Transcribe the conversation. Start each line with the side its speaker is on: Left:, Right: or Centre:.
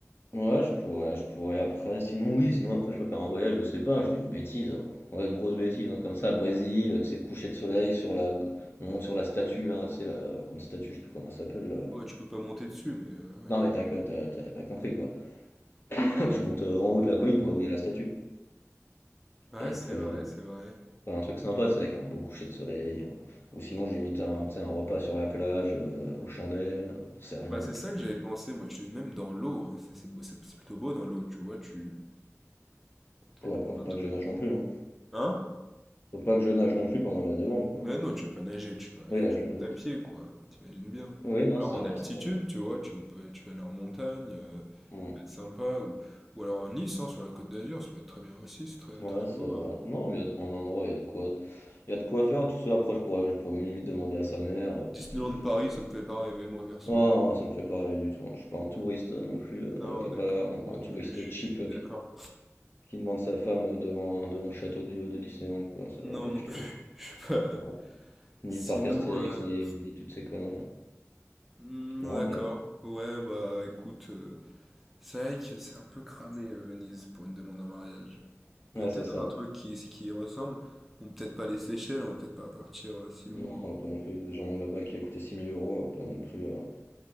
Left: Ouais, je pourrais, je pourrais après. Sinon, oui, sinon après, je peux faire un voyage, je sais pas, je dis une bêtise. Ouais, une grosse bêtise, hein, comme ça, Brésil, tu sais, coucher de soleil sur la, on monte sur la statue, là, tu sais, la grande statue, je sais plus comment elle s'appelle, là.
Centre: Ouais, tu peux pas monter dessus, mais euh, ouais.
Left: Non, mais t'as, t'as, t'as- t'as compris, quoi. <laughs> Je monte euh, en haut de la colline, quoi, où il y a la statue.
Centre: Ouais,
Left: Et
Centre: c'est
Left: après,
Centre: vrai,
Left: je
Centre: c'est vrai.
Left: faire un truc sympa, tu sais, avec un beau coucher de soleil. hein. Ou sinon, j'imite un, tu sais, un repas sur la plage, euh, aux chandelles, c'est rien,
Centre: Bah, c'est
Left: donc.
Centre: ça que
Left: je-
Centre: j'avais pensé, moi, je te dis, même dans l'eau, hein, c'est c'est beau- c'est- c'est plutôt beau dans l'eau, tu vois, tu. plus
Left: Oh,
Centre: loin,
Left: après, faut
Centre: un
Left: pas
Centre: truc.
Left: que je nage non plus, hein.
Centre: Hein?
Left: Faut pas que je nage non plus pendant ma demande, quoi.
Centre: Ouais, non, tu vas pas nager, tu vas à
Left: Oui,
Centre: quelque
Left: là,
Centre: chose
Left: je me
Centre: de
Left: doute.
Centre: à pied, quoi. T'imagines bien.
Left: Oui, non,
Centre: Ou alors
Left: c'est
Centre: en
Left: vrai,
Centre: altitude,
Left: c'est vrai.
Centre: tu vois, tu peux, tu vas aller en montagne, euh, ça
Left: Hmm.
Centre: peut être sympa. Ou, ou alors en Nice, hein, sur la Côte d'Azur, ça peut être très bien aussi, c'est très,
Left: Ouais,
Centre: très
Left: c'est
Centre: beau.
Left: vrai.
Centre: euh.
Left: Non, il y a, en endroit, il y a de quoi, il y a de quoi faire. Tout ça, après, je pourrais, je pourrais même limite demander à sa mère. euh,
Centre: Disneyland
Left: Pour se- se-
Centre: Paris, ça me fait pas rêver, moi, perso.
Left: Non, non, ça me fait pas rêver du tout. hein. Je suis pas un touriste euh, non plus, euh,
Centre: Non,
Left: qui
Centre: d'accord,
Left: a pas un,
Centre: moi
Left: un
Centre: non
Left: touriste
Centre: plus, je je
Left: cheap
Centre: suis
Left: euh,
Centre: d'accord.
Left: qui, qui demande sa femme euh, devant, devant le château de, de Disneyland, quoi. Ça
Centre: Non,
Left: va aller,
Centre: non
Left: je
Centre: plus,
Left: t'avoue.
Centre: <laughs> je sais pas.
Left: Ouais. Ni
Centre: Sinon,
Left: le parc Astérix,
Centre: euh,
Left: ni, ni toutes ces conneries.
Centre: hmm,
Left: Non,
Centre: d'accord.
Left: mais
Centre: Ouais, bah écoute, euh, c'est vrai que c'est un peu cramé, euh, Venise, pour une demande en mariage.
Left: ouais,
Centre: Peut-être
Left: c'est ça.
Centre: un truc qui, qui y ressemble. Bon, peut-être pas les Seychelles, on va peut-être pas partir euh, si loin.
Left: Non, pas non plus. Des gens là-bas qui a coûté 6000 euros, euh, pas non plus. euh,